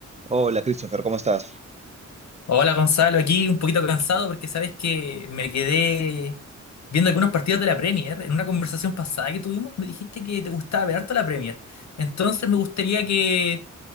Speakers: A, on the right; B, on the left.
A: Hola Christopher, ¿cómo estás?
B: Hola Gonzalo, aquí un poquito cansado porque sabes que me quedé viendo algunos partidos de la Premier. En una conversación pasada que tuvimos me dijiste que te gustaba ver harto la Premier. Entonces me gustaría que